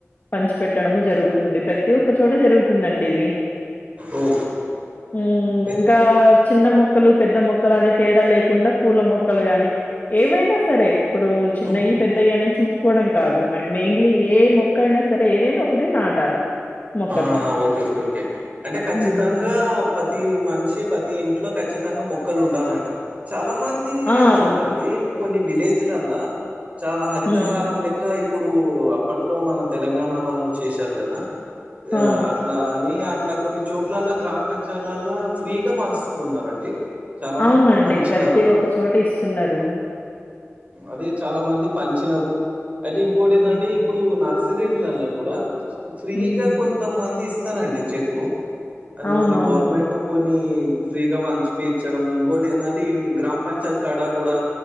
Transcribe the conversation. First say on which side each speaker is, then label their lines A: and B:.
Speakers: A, on the left (about 40°); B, on the right (about 30°).
A: పంచి పెట్టడము జరుగుతుంది ప్రతి ఒక్కరు కూడా జరుతుంది అండి ఇది
B: ఓ
A: మ్మ్
B: పె
A: ఇంకా చిన్న మొక్క మొక్కలు పెద్ద మొక్కలు అని తేడా లేకుండా పూల మొక్కలు గాని ఏవైనా సరే అప్పుడు చిన్నయి
B: ఉహు
A: పెద్దయి అనే చూసుకోవడం కాదు మే మెయిన్లీ ఏ మొక్క అయినా సరే ఏదైనా ఒకటి నాటాలి మొక్కలు.
B: ఆహా ఓకే ఓకే ఓకే అంటే ఖచ్చితంగా
A: హ్మ్.
B: పతి మనిషి పతి ఇంటి ఇంట్లో కచ్చితంగా మొక్కలు ఉండాలంట చాలా మంది
A: ఆ!
B: ఏందంట
A: హ్మ్.
B: అండి కొన్ని విలేజ్ లల్లా చాలా హరితహారం
A: హ్మ్.
B: లెక్క అప్పుడు అప్పట్లో మన తెలంగాణ వాళ్ళు చేశారు కదా
A: అవును.
B: ఆ అట్లా అని అట్లా కొన్ని చోట్లల్ల గ్రామ పంచాయతీలల్లో ఆ ఫ్రీగా పంచుతున్నరండి చాలమాటకు
A: అవునండి.
B: పంచినారు
A: ప్రతి
B: అప్పుడు
A: ఒక్క చోట ఇస్తున్నారు.
B: అది చాలా మంది పంచినారు అయితే ఇంకొటి ఇందంటే
A: హ్మ్.
B: ఇప్పుడు నర్సరీలల్లో కూడా ఫ్రీగా
A: హ్మ్.
B: కొంతమంది స్ ఇస్తారండి చెట్లు అది
A: అవునవును.
B: మరి గవర్నమెంట్ కొన్ని ఫ్రీగా పంచి పించడం ఇంకోటి ఏందంటే ఇ గ్రామ పంచాయతీ కాడ కూడా